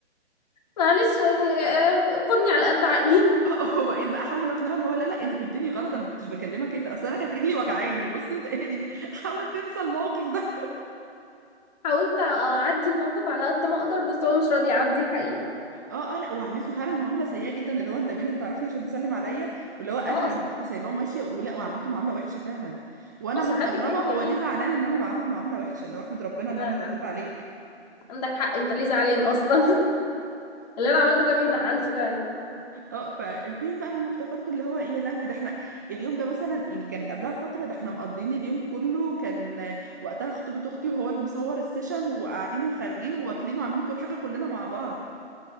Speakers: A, on the left; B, on the right.
A: معلش آه، آه، خدني على قد عقلي <laughs>
B: <laughs> وبقيت بقى أحاول أقنعه اللي هو لا لا أنت فهمتني غلط أنا ما كنتش بكلمك أنت أصل أنا كانت رجلي وجعاني بص أنت <laughs> يعني حاول تنسى الموقف ده
A: حاولت اعدي الموقف على قد ما اقدر بس هو مش راضي يعدي الحقيقة
B: اه اه لا وعملته فعلا معامله سيئه جدا اللي هو انت مين انت عارفني عشان تسلم عليا واللي هو اهلا
A: اه اصل
B: ورحت سايباه وماشيه ولا وعملته معامله وحشه فعلا وانا
A: اصل
B: مستغربه
A: حد جاي
B: هو
A: يعيك
B: ليه زعلان ان انا بعامله معامله وحشه اللي هو احمد ربنا
A: أنا-
B: ان انا
A: أنا
B: رديت عليك
A: عندك حق انت ليه زعلان اصلا <laughs> اللي انا عملته ده ما يزعلش فعلا
B: اه ففين بقى لما افتكرت اللي هو يا لهوي ده احنا اليوم ده مثلا يعني كان قبلها فتره ده احنا مقضيين اليوم كله كان وقتها خطوبه اختي وهو اللي مصور السيشن وقاعدين وخارجين وواكلين وعاملين كل حاجه كلنا مع بعض